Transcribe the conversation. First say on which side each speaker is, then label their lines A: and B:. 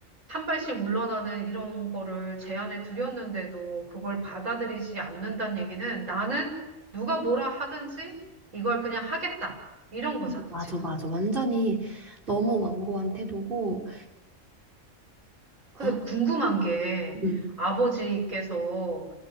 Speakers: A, on the right; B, on the right.
A: 한 발씩 물러나는 이런 거를 제안해 드렸는데도 그걸 받아들이지 않는다는 얘기는 나는 누가 뭐라 하든지 이걸 그냥 하겠다. 이런 거잖아,
B: 맞아,
A: 지금.
B: 맞아. 완전히 너무 완고한 태도고,
A: 근데
B: 아,
A: 궁금한 게
B: 음,
A: 아버지께서